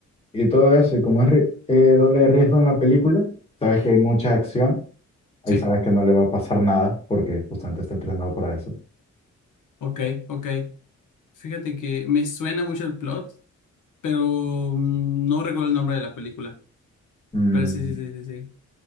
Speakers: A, on the left; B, on the left.
A: y todo eso, y como es ri- eh, doble de riesgo en la película, sabes que hay mucha acción, ahí
B: Sí,
A: sabes que no le va a pasar nada porque justamente está entrenado para eso.
B: ok, ok. Fíjate que me suena mucho el plot, pero mm, no recuerdo el nombre de la película,
A: Mm,
B: pero sí, sí, sí, sí, sí.